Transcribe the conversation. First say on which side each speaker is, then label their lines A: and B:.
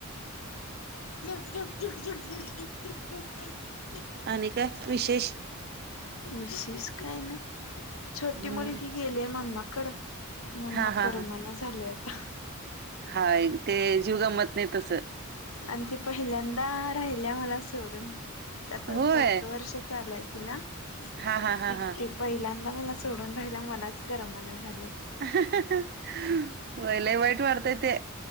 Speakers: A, on the left; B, on the right.
A: <inaudible> झुगझुग झुगझुग <unintelligible>
B: आणि काय विशेष?
A: विशेष काय नाही, छोटी
B: हम्म
A: मुलगी गेली मामाकड. म
B: हा
A: मला
B: हा
A: करर्मना झालं आता.
B: हा एक ते जीवगमत नाही तसं.
A: आणि ती पहिल्यांदा राहिल्या मला सोडून. ते आता
B: होय
A: चौथं वर्ष चालाय तिला, ते
B: हा हा हा हा
A: पहिल्यांदा मला सोडून राहिल्या, मलाच करमना झाले.
B: हं, हं, हं, व्हय लय वाईट वाटतय ते,